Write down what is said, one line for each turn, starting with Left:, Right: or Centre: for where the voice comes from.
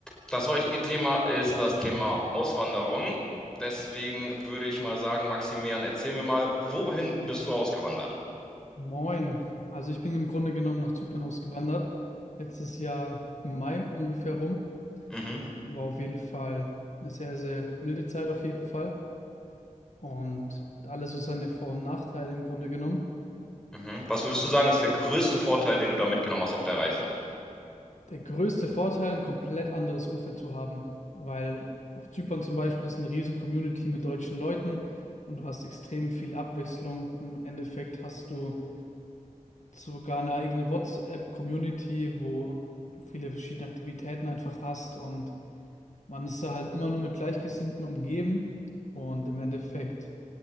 Centre: Das heutige Thema ist das Thema Auswanderung. Deswegen würde ich mal sagen, Maximilian, erzähl mir mal, wohin bist du ausgewandert?
Left: Moin. Also ich bin im Grunde genommen nach Zypern ausgewandert. Letztes Jahr im Mai ungefähr rum.
Centre: Mhm,
Left: War auf jeden Fall eine sehr, sehr wilde Zeit auf jeden Fall. Und hat alles so seine Vor- und Nachteile im Grunde genommen.
Centre: mhm. Was würdest du sagen, ist der größte Vorteil, den du da mitgenommen hast auf der Reise?
Left: Der größte Vorteil, ein komplett anderes Umfeld zu haben. Weil auf Zypern zum Beispiel ist eine riesen Community mit deutschen Leuten und du hast extrem viel Abwechslung. Im Endeffekt hast du sogar eine eigene WhatsApp-Community, wo du viele verschiedene Aktivitäten einfach hast und Man ist da halt immer nur mit Gleichgesinnten umgeben und im Endeffekt